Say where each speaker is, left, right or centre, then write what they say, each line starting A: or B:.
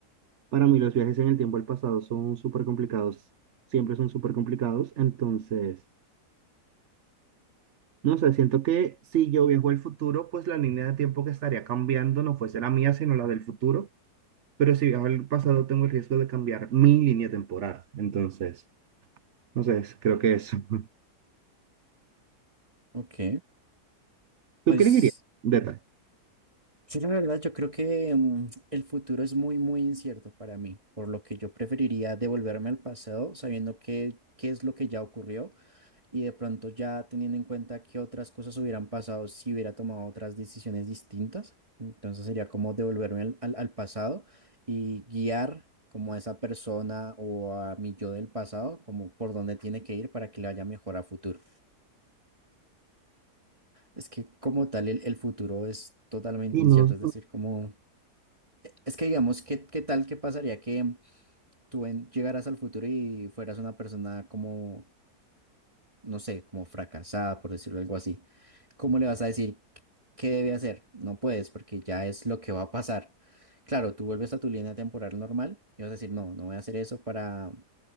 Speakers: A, on the right; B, on the right.
A: Para mí los viajes en el tiempo al pasado son súper complicados. Siempre son súper complicados. Entonces, no sé, siento que si yo viajo al futuro, pues la línea de tiempo que estaría cambiando no fuese la mía, sino la del futuro. Pero si viajo al pasado, tengo el riesgo de cambiar mi línea temporal. Entonces, no sé, creo que eso. <laughs>
B: Ok,
A: ¿Tú
B: pues
A: qué le dirías? Detalle.
B: Sí, la verdad, yo creo que mm, el futuro es muy, muy incierto para mí, por lo que yo preferiría devolverme al pasado sabiendo qué, qué es lo que ya ocurrió y de pronto ya teniendo en cuenta qué otras cosas hubieran pasado si hubiera tomado otras decisiones distintas. Entonces sería como devolverme al, al- al pasado y guiar como a esa persona o a mi yo del pasado, como por dónde tiene que ir para que le vaya mejor a futuro. Es que como tal el, el futuro es totalmente
A: Y
B: incierto,
A: no,
B: es decir, como... Es que digamos, ¿qué, qué tal qué pasaría que tú en- llegaras al futuro y fueras una persona como, no sé, como fracasada, por decirlo algo así? ¿Cómo le vas a decir qué qué debe hacer? No puedes, porque ya es lo que va a pasar. Claro, tú vuelves a tu línea temporal normal y vas a decir, no, no voy a hacer eso para,